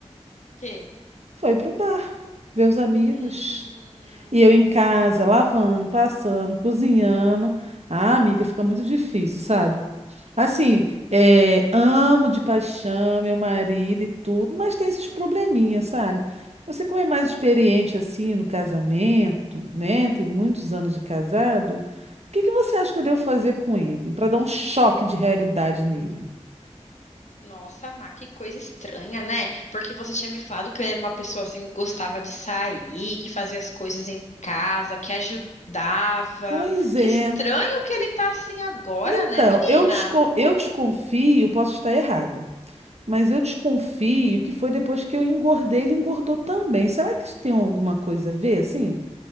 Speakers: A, on the left (about 85°); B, on the right (about 65°).
A: quê?
B: Foi pro bar, ver os amigos.
A: Hum.
B: E eu em casa, lavando, passando, cozinhando. Ah, amiga, fica muito difícil, sabe? Assim, eh, amo de paixão meu marido e tudo, mas tem esses probleminhas, sabe? Você, como é mais experiente assim no casamento, né? Tem muitos anos de casado. O que que você acha que eu devo fazer com ele para dar um choque de realidade nele?
A: Nossa, Má, que coisa estranha, né? Porque você tinha me falado que ele era uma pessoa assim que gostava de sair, que fazia as coisas em casa, que ajudava.
B: Pois é.
A: Que estranho que ele tá assim agora,
B: Então,
A: né, menina?
B: eu, desco- eu desconfio, posso estar errada, mas eu desconfio que foi depois que eu engordei, ele engordou também. Será que isso tem alguma coisa a ver, assim,